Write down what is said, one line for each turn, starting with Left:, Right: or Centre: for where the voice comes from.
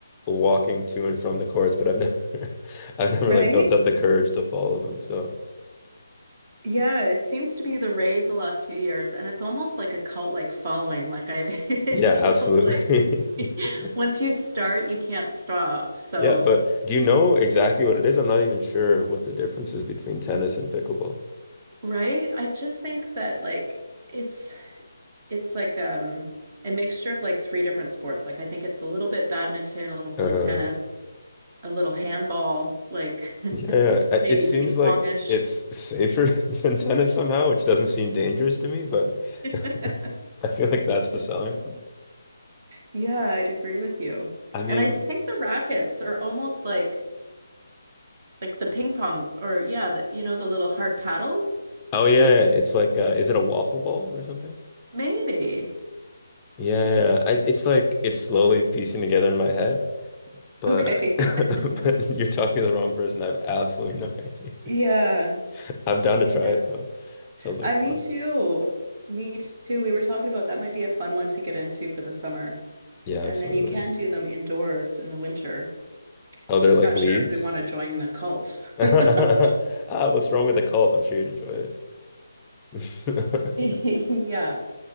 Left: walking to and from the courts, but I've never <laughs> I've never
Right: Right?
Left: like built up the courage to follow them. So
Right: Yeah, it seems to be the rave the last few years, and it's almost like a cult-like following. Like I, <laughs> it
Left: yeah,
Right: feels
Left: absolutely.
Right: like <laughs>
Left: <laughs>
Right: once you start, you can't stop. So,
Left: Yeah, but do you know exactly what it is? I'm not even sure what the difference is between tennis and pickleball.
Right: right? I just think that like. It's it's like um a mixture of like three different sports. Like I think it's a little bit badminton, a little
Left: Uh,
Right: tennis, a little handball, like
Left: yeah, yeah.
Right: <laughs>
Left: I-
Right: maybe
Left: It seems
Right: ping pongish.
Left: like it's safer <laughs> than tennis somehow, which doesn't seem dangerous to me, but
Right: <laughs>
Left: <laughs> I feel like that's the selling point.
Right: Yeah, I'd agree with you.
Left: I mean,
Right: And I think the rackets are almost like like the ping pong or yeah, the, you know, the little hard paddles.
Left: oh yeah, yeah. yeah. It's like uh, is it a waffle ball or something?
Right: Maybe.
Left: Yeah, yeah. I, it's like it's slowly piecing together in my head, but
Right: Okay.
Left: <laughs> but
Right: <laughs>
Left: you're talking to the wrong person. I have absolutely no idea.
Right: Yeah.
Left: <laughs> I'm down to
Right: Yeah.
Left: try it though. Sounds like
Right: I me
Left: fun.
Right: too. Me too. We were talking about that might be a fun one to get into for the summer.
Left: Yeah,
Right: And
Left: absolutely.
Right: then you can do them indoors in the winter.
Left: Oh, they're
Right: Just
Left: like
Right: not
Left: leagues.
Right: sure if we want to join the cult.
Left: <laughs>
Right: <laughs>
Left: Ah, what's wrong with the cult? I'm sure you'd enjoy it. <laughs>
Right: Yeah.